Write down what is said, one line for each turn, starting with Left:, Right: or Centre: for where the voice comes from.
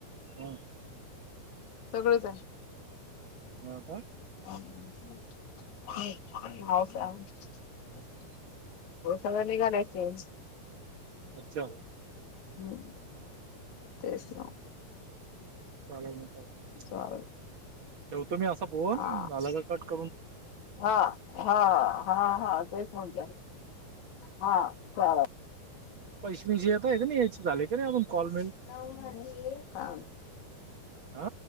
Right: हम
Left: सगळंच आहे
Right: हा का
Left: <inaudible> हो सगळ्य निघालाय तेच
Right: अच्छा
Left: हम तेच ना
Right: चालल म चालताय
Left: चालेल
Right: ठवतो मी असा फोन
Left: हा
Right: झाला का कट कर
Left: हा हा हा हा तेच म्हणतायत हा चालल
Right: पैशेबिशे येत आहे का नाही याचे झाले का नाही अजून
Left: काय
Right: कॉल मिल
Left: माहिती <inaudible>
Right: आ